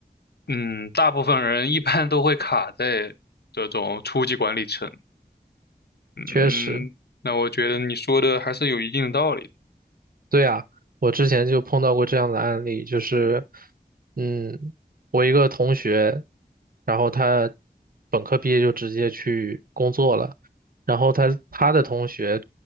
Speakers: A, on the left; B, on the right.
A: 嗯，大部分人一般都会卡在这种初级管理层。嗯，
B: 确实。
A: 那我觉得你说的还是有一定道理的。
B: 对呀，我之前就碰到过这样的案例，就是，嗯，我一个同学，然后他本科毕业就直接去工作了，然后他他的同学